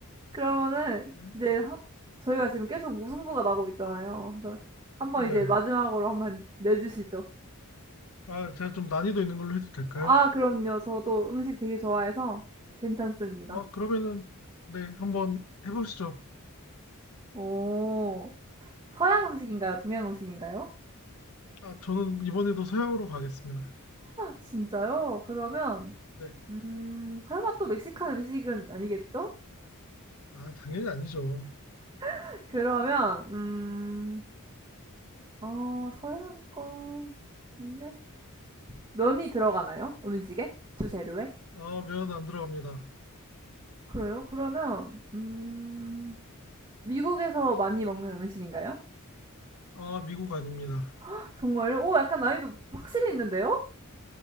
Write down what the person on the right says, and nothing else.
그러면은
이제 하 저희가 지금 계속 무승부가 나고 있잖아요. 그래서 한번
이제 마지막으로 한번 내 주시죠.
아 그럼요. 저도 음식 되게 좋아해서 괜찮습니다.
오... 서양 음식인가요? 동양 음식인가요?
진짜요? 그러면
음 설마 또 멕시칸 음식은 아니겠죠?
<laughs> 그러면 음 어 서양 건데 면이 들어가나요? 음식에? 주재료에?
그래요? 그러면 음 미국에서 많이 먹는 음식인가요?
<laughs> 정말요? 오 약간 난이도 확실히 있는데요?